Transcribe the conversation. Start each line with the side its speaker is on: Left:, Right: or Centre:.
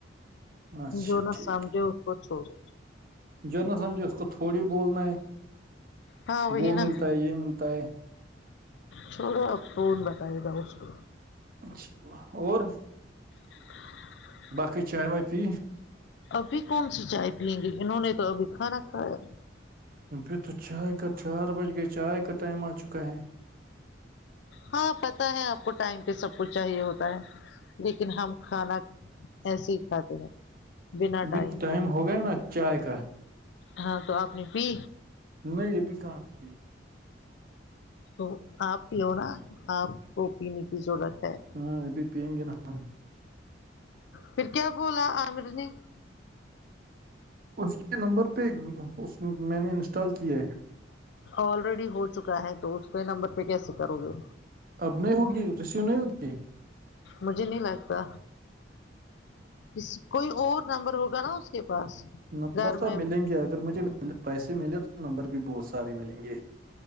Right: اچھا
Left: جو نہ
Right: ٹھیک
Left: سمجھے اس کو چھوڑو
Right: ہے جو نہ سمجھے اس کو تھوڑی بولنا ہے
Left: ہاں وہی
Right: وہ
Left: نا
Right: ملتا ہے یہ ملتا ہے
Left: چھوا فون بتائے گا اس کو
Right: اچھا اور
Left: <inaudible>
Right: باقی چائے وائے پی
Left: ابھی کون سی چائے پییں گی انہوں نے تو ابھی کھانا کھایا
Right: ابھی تو چائے کا چار بج گیا چائے کا ٹائم آ چکا ہے
Left: ہاں پتہ ہے آپ کو ٹائم پہ سب کچھ چاہیے ہوتا ہے لیکن ہم کھانا ایسے ہی کھاتے ہیں بنا
Right: ابھی
Left: ٹائم پہ
Right: ہو گیا نا چائے کا
Left: ہاں تو اپپنی پی
Right: نہیں یہ بھی کہاں پ
Left: تو آپ پیو نا آپ کو پینے کی ضرورت ہے
Right: ہاں ابھی پیئیں گے نا ہم
Left: پھر کیا بولا عامر نے
Right: اس کے نمبر پہ اس میں نے انسٹال کیا ہے
Left: آلریڈی ہو چکا ہے تو اس کے نمبر پہ کیسے کرو گے
Right: اب نہیں ہوگی ریسیو نہیں ہوگی
Left: مجھے نہیں لگتا ک کوئی اور نمبر ہوگا نا اس کے پاس
Right: نمبر
Left: گھر
Right: تو اب
Left: میں
Right: ملیں گے اگر مجھے پیسے ملے تو نمبر بھی بہت سارے ملیں گے